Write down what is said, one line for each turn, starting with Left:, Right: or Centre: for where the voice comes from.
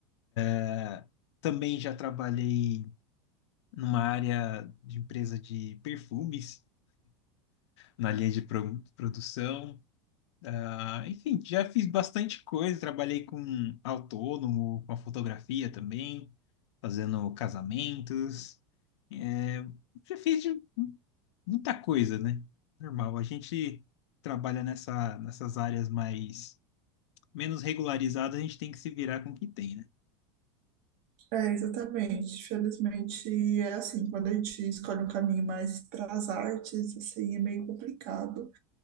Left: É, Também já trabalhei numa área de empresa de perfumes, na linha de pro- produção. Ah, enfim, já fiz bastante coisa, trabalhei com autônomo, com a fotografia também, fazendo casamentos, é, já fiz de muita coisa, né? Normal, a gente trabalha nessa, nessas áreas mais menos regularizadas, a gente tem que se virar com o que tem, né?
Right: É, exatamente. Felizmente é assim, quando a gente escolhe um caminho mais para as artes, assim, é meio complicado